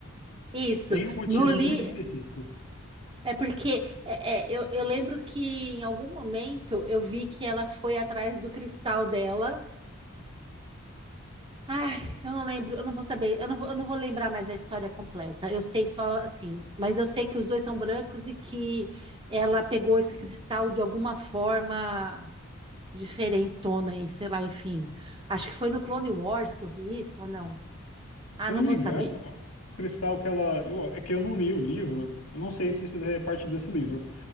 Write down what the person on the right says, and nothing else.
Isso.
No li
é porque é, é, eu, eu lembro que em algum momento eu vi que ela foi atrás do cristal dela. Ai, eu não lembro, eu não vou saber, eu não vou, eu não vou lembrar mais a história completa. Eu sei só assim, mas eu sei que os dois são brancos e que ela pegou esse cristal de alguma forma diferentona aí, sei lá, enfim. Acho que foi no Clone Wars que eu vi isso ou não? Ah,
não
vou
saber.